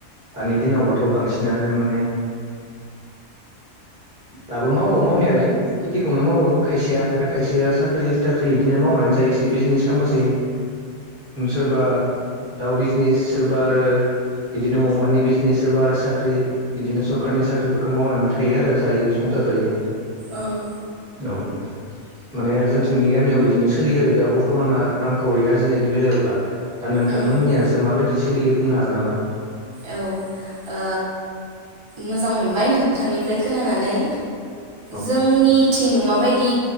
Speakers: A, in the centre; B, on the right (about 40°).
A: दानि दिआवबाथ' बांसिनानो माने दाबो मावो मावनायालाय खेथिखौनो मावो खायसेया ओमफाय खायसेया साख्रि थाख्रि बिदिनो मावनानै जायोसै बिजिनेस खालामोसै सोरबा दाउ बिजिनेस सोरबा आरो बिदिनो अमानि बिजिनेस सोरबा आरो साख्रि बिदिनो सोरखारनि साख्रिफोरखौ मावनानै थायो आरो जायो संसार ज जायो
B: औ
A: औ माने जोंथिंनि गामियाव बिदिनो सोलियो आरो दा बररथमाना रांखावरि आरजिनायनि बेलायावबा दा नोंथांमोननियासो
B: ओं
A: माबायदि सोलियो बुंनो हागोन नामा?
B: औ ओ मोजां मोनबाय नोंथथांनिफ्राय खोनानानै
A: औ
B: जोंनिथिं माबायदि